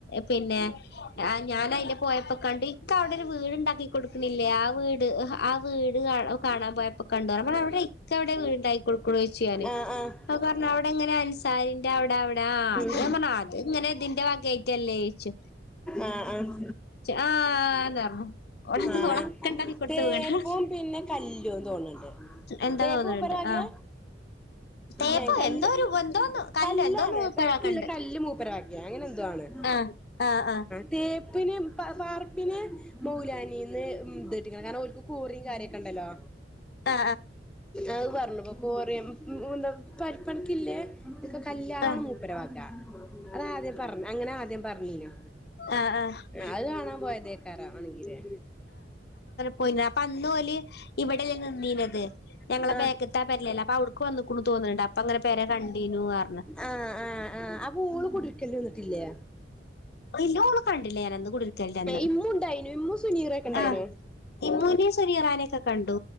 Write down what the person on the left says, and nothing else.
പിന്നെ ആഹ് ഞാന് അയിലെ പോയപ്പോ കണ്ടു. ഇക്ക അവിടെ ഒരു വീട്ണ്ടാക്കി കൊടുക്ക് ണ് ല്ലേ ആ വീട് <unintelligible> ആ വീട് കാ കാണാൻ പോയപ്പോ കണ്ടു പറ അവിടെ ഇക്കവിടെ വീട് ഇണ്ടായി കൊടുക്ക്ണ് ചോയിച്ചു ഞാന്.
അപ പറ്ഞ്ഞു. അവിടെ ഇങ്ങനെ അൻസാരി ട അവിട വിട ആഹ് അത്
ഞാൻ പറഞ്ഞു അത് ഇങ്ങനെ ഇതിന്റെ വകാ യിട്ടല്ലേയ്ച്ച്
ആന്ന് പറഞ്ഞു ഓളത്
ഓളൊക്കെ ഉണ്ടാക്കി കൊടുത്ത
വീടാ
എന്താ
തോന്നുന്നുണ്ട്
ആ തേപ്പോ
എന്തോ ഒരു എന്തോന്ന് കല്ലോ
എന്തോന്ന് മൂപ്പരാക്കണ്ട്
ആ ആ ആ
ആ ആ
ആഹ്
ആ ആ ആ
പോയിന്നൊ. അപ്പൊ അന്നോല് ഇവിടെല്ലെ നിന്നീനെത്. ഞങ്ങളെ
ബേക്ക്ത്ത പെരെലല്ലേ. അപ്പൊ അവിടുക്ക് വന്ന്ക്കുണു തോന്ന്ണ്ട്. അപ്പ അങ്ങനെ പെരെ കണ്ടീനു അറന്ന്.
ഇല്ല ഓള് കണ്ടില്ല ഞാനന്ന് കുടിരിക്കലിന്റെ അന്ന്
ആഹ് ഇമ്മൂനേം സുനിയ റാനൊക്കെ കണ്ടു